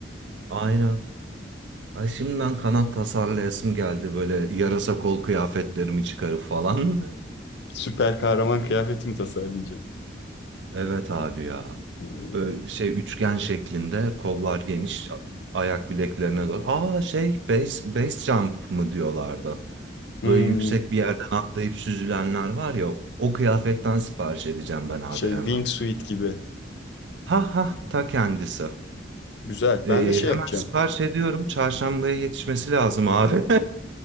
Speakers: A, on the right; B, on the left.
A: Aynen. Ay şimdiden kanat tasarlayasım geldi böyle yarasa
B: Evet.
A: kol kıyafetlerimi çıkarıp falan. <laughs>
B: Süper kahraman kıyafetimi tasarlayacağım.
A: Evet abi ya.
B: Oo.
A: Böyle şey üçgen şeklinde kollar geniş a- ayak bileklerine doğru. Aa şey base, base jump mı diyorlardı.
B: Hmm.
A: Öyle yüksek bir yerden atlayıp süzülenler var ya o kıyafetten sipariş edeceğim ben abi
B: Şey
A: hemen.
B: wingsuit gibi.
A: Ha ha ta kendisi.
B: Güzel.
A: Ee,
B: Ben de şey
A: hemen
B: yapacağım.
A: sipariş ediyorum. Çarşambaya yetişmesi lazım abi.